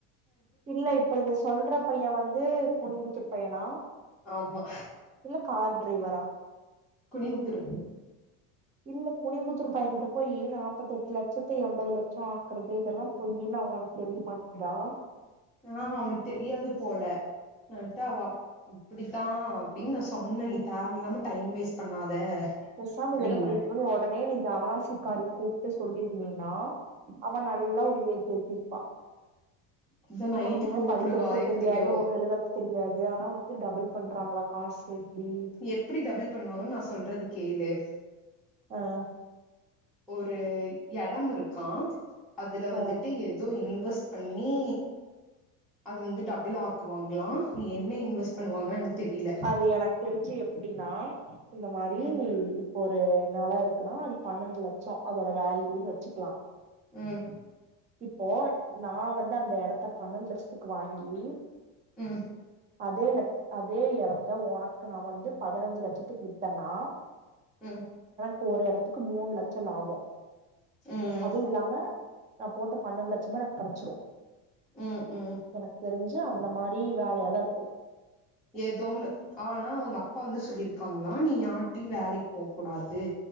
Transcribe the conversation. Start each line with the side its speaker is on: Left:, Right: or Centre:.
Right: இல்ல இப்ப இத சொல்ற பையன் வந்து குனிம்புத்தூர் பையனா
Centre: ஆமா
Right: இல்ல கார் டிரைவரா
Centre: குனிவுத்துரு
Right: இல்ல குனியம்புத்தூர் பையனங்கிட்ட போய் நாற்பத்த எட்டு லட்சத்து எண்பது லட்சம் ஆக்குறது இதெல்லாம் பொய்யின்னு அவன் தெரிய மாட்டேதா
Centre: ஆஹ் அவனுக்கு தெரியாது போல நான்டு அவள் இப்படித்தான் அப்படின்னு நான் சொன்னேன் நீ தேவ இலாம டைம் வேஸ்ட் பண்ணாத
Right: பேசாம
Centre: அப்டின்னே
Right: இது என்ன பண்ணிருக்கனு உடனே நீ இந்த அவனாசி காரி கூப்டு சொல்லிரு ந்தனா அவ நல்ல ஒரு ஏத்து ஏத்திருப்பா
Centre: அதா நைட்டு
Right: ஒண்ணுமே
Centre: கூப்புடுவா
Right: படிக்கிறதுக்கு
Centre: எப்டியோ
Right: தெரியாது ஒண்ணு எழுதுறக்கு தெரியாது ஆனா வந்து டபுள் பண்றாங்களா காசு இப்டி
Centre: எப்படி டபுள் பண்ணுவாங்கன்னு நான் சொல்றது கேளு
Right: ஆஹ்
Centre: ஒரு எடம் இருக்கான் அதுல வந்துட்டு
Right: ஆ
Centre: ஏதோ இ ன்வஸ் பண்ணி அது வந்து டபுள் ஆக்குவாங்களாம் நீ என்ன இன்வெஸ்ட் பண்ணுவாங்க எனக்கு தெரில
Right: அது எனக்கு தெரிஞ்சு எப்படின்னா இந்த மாரி
Centre: ம்
Right: இப்போ ஒரு வேல இருக்குன்னா அது பன்னெண்டு லட்சம் அதோட வேல்யூன்னு வச்சுக்கலாம்
Centre: உஹம்
Right: இப்போ நான் வந்து அந்த இடத்த பன்னந்து லட்சத்துக்கு வாங்கி
Centre: ம்
Right: அதோல அதே எட த்த உனக்கு நா வந்து பதினஞ்சு லட்சத்துக்கு விட்டேனா
Centre: ம்
Right: கு ஒரு எடத்துக்கு மூணு லட்சம் லாபம்
Centre: ம்
Right: அதுவு இல்லாம நா போட்ட பன்னெண்டு லட்சமு எனக்கு கெடைச்சிரு
Centre: ம் ம்
Right: எனக்கு தெரிஞ்சி செஞ்சா அந்த மாரி வேலையாதா இருக்கு
Centre: ஏதோனு ஆனா அவுங்க அப்பா வந்து சொல்லிருக்காங்களா நீ யார்ட்டியு வேலைக்கு போக்கூடாது